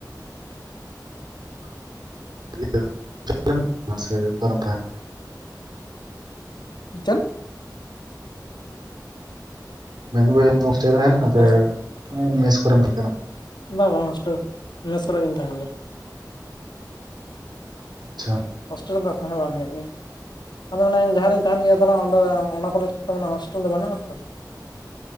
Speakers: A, on the right; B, on the left.
A: ᱨᱮ ᱪᱮᱜ ᱮᱢ ᱠᱞᱟᱥ ᱦᱩᱭᱩᱜ ᱚᱠᱟᱨᱮᱢ ᱛᱟᱸᱦᱮ ᱠᱟᱱᱟ
B: ᱪᱮᱫ <inaudible>
A: ᱢᱮᱱᱩᱣᱮ ᱟᱢ ᱫᱚ ᱦᱚᱥᱴᱮᱞ ᱨᱮ ᱛᱟᱦᱮᱱ
B: ᱦᱮᱞᱳ
A: ᱠᱟᱱᱟ ᱢᱮᱥ ᱠᱚᱨᱮᱢ ᱛᱟᱦᱮᱱ ᱠᱟᱱᱟ
B: ᱵᱟᱝ ᱟ ᱦᱚᱥᱴᱮᱞ ᱢᱮᱥ ᱠᱚᱨᱮ ᱜᱤᱧ ᱛᱟᱦᱮᱱ ᱜᱮᱭᱟ <inaudible>
A: ᱪᱷᱟ
B: ᱦᱳᱥᱴᱮᱞ ᱨᱮᱫᱚ ᱛᱟᱦᱮᱸ ᱵᱟᱝ ᱦᱩᱭᱩᱜ ᱜᱮᱭᱟ <inaudible> ᱟᱫᱚ ᱚᱱᱮᱧ ᱡᱟᱦᱟᱸ ᱨᱤᱧ ᱛᱟᱦᱮᱱ ᱜᱮᱭᱟ ᱛᱟᱦᱞᱮ ᱚᱸᱰᱮ ᱚᱱᱟ ᱠᱚᱨᱮᱡᱽ ᱫᱚ ᱚᱱᱟ ᱦᱳᱥᱴᱮᱞ ᱫᱚ ᱵᱟᱹᱱᱩᱜ ᱟᱛᱚ <inaudible>